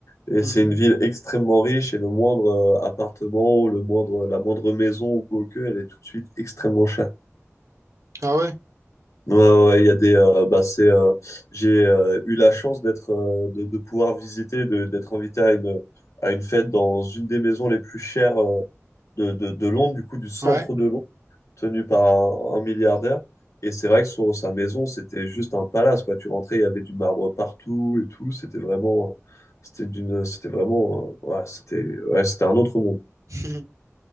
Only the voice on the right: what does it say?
Mhm.
Ah ouais,
ouais.
<laughs>